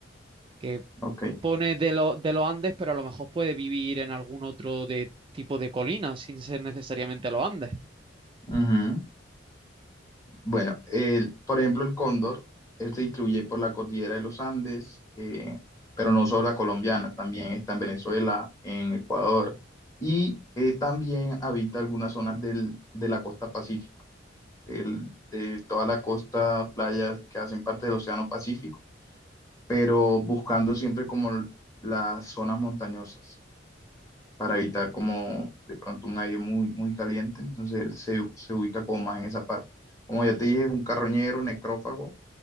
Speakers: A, on the right (about 25°); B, on the left (about 15°).
A: que
B: Ok.
A: pone de, lo- de los Andes, pero a lo mejor puede vivir en algún otro de, tipo de colina sin ser necesariamente los Andes.
B: Ujú. Bueno, el- por ejemplo, el cóndor, él se distribuye por la cordillera de los Andes, eh, pero no solo la colombiana, también está en Venezuela, en Ecuador, y eh, también habita algunas zonas del- de la costa pacífica, del- de toda la costa, playas que hacen parte del Océano Pacífico, pero buscando siempre como las zonas montañosas para evitar como de pronto un aire muy, muy caliente, entonces él se, se ubica como más en esa parte. Como ya te dije, es un carroñero, necrófago,